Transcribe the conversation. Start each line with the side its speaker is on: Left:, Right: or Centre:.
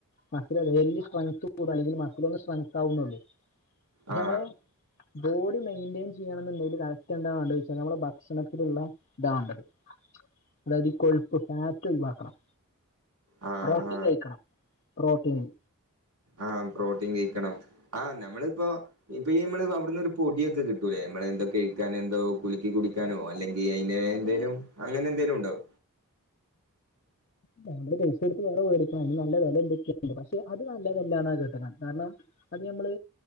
Left: മസില് ഡെയ്ലി സ്ട്രെങ്ത്ത് കൂടും അല്ലെങ്കില് മസിലൊന്ന സ്ട്രെങ്ത്ത് ആവുന്നുള്ളൂ പക്ഷെ
Right: ആ
Left: നമ്മള് ബോഡി മെയിന്റയിൻ ചെയ്യണം എന്നുണ്ടെങ്കില് കറക്റ്റ് എന്താവേണ്ട ചോയിച്ച നമ്മടെ ഭക്ഷണത്തിലുള്ള ഇതാവേണ്ടത് അതായത് കൊഴുപ്പ് ഫാറ്റ് ഒയിവാക്കണം
Right: ആ
Left: പ്രോട്ടീൻ
Right: ആ
Left: കഴിക്കണം പ്രോട്ടീന്
Right: ആഹ് പ്രോട്ടീൻ കഴിക്കണം ആഹ് ഞമ്മളിപ്പോ ഇപ്പൊ ഈ മ്മള് അവിടന്നൊരു പൊടിയൊക്കെ കിട്ടുവേ മ്മളെ എന്തക്ക കഴിക്കാന് എന്തോ കുലുക്കി കുടിക്കാനോ
Left: പക്ഷെ
Right: അല്ലെങ്കി
Left: അത്
Right: അയിന്
Left: അത്
Right: എന്തേലും അങ്ങനെ എന്തേലും ഉണ്ടാവോ
Left: ഞമ്മള് പൈസ എടുത്ത് വേറെ വേടിക്കണം നല്ല വില എന്തൊക്കെയുണ്ട് പക്ഷെ അത് നല്ല വിലാണ് കിട്ടണം കാരണം അത് നമ്മള്